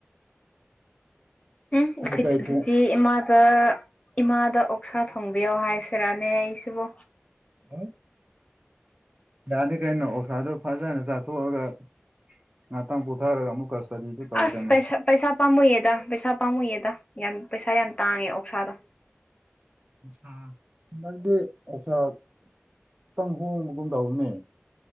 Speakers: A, on the left; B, on the right.
A: ꯎꯝ ꯑꯩꯈꯣꯏ
B: ꯀꯥꯏ ꯀꯥꯏ
A: ꯑꯗꯨꯗꯤ
B: ꯊꯣꯛ
A: ꯏꯃꯥ ꯏꯃꯥꯗ ꯑꯣꯛꯁꯥ ꯊꯣꯡꯕꯤꯌꯣ ꯍꯥꯏꯁꯤꯔꯥꯅꯦ ꯑꯩꯁꯤꯕꯨ
B: <unintelligible> ꯌꯥꯅꯤ ꯀꯩꯅꯣ ꯑꯣꯁꯥꯗꯣ ꯐꯖꯅ ꯆꯥꯊꯣꯛꯑꯒ ꯉꯥꯛꯇꯪ ꯀ ꯄꯨꯊꯔꯒ ꯑꯃꯨꯛ ꯀꯁꯇꯗꯤꯗꯨ ꯇꯧ
A: ꯑꯁ
B: ꯀꯩꯅꯣ
A: ꯄꯩꯁꯥ ꯄꯩꯁꯥ ꯄꯥꯝꯃꯨꯏꯌꯦꯗ ꯄꯩꯁꯥ ꯄꯥꯝꯃꯨꯏꯌꯦꯗ ꯌꯥꯝ ꯄꯩꯁꯥ ꯌꯥꯝ ꯇꯥꯡꯉꯦ ꯑꯣꯛꯁꯥꯗꯣ
B: <unintelligible> ꯈꯤꯇꯪ ꯍꯣꯡꯕꯒꯨꯝ ꯇꯧꯅꯦ